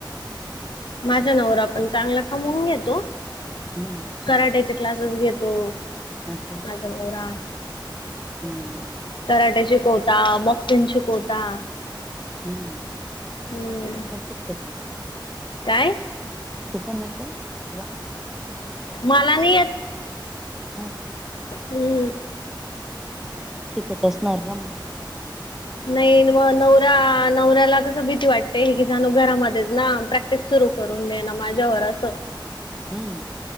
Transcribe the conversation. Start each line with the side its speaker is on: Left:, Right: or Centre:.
Left: माझ्या नवरा पण चांगला कमवून घेतो.
Centre: हम्म.
Left: कराट्याचे क्लासेस घेतो
Centre: असं
Left: माझ नवरा
Centre: हम्म.
Left: कराटे शिकवतात, बाॅक्सींग शिकवतात.
Centre: हम्म
Left: हम्म
Centre: <unintelligible>
Left: काय?
Centre: <unintelligible>
Left: मला नाही येत.
Centre: होय काय.
Left: हम्म.
Centre: शिकत असणार ना मग.
Left: नाही मग नवरा नवऱ्याला कस भीती वाटते की जाणू घरामध्येच ना प्रॅक्टि ते सुरू करून देण माझ्यावर असं.
Centre: हम्म.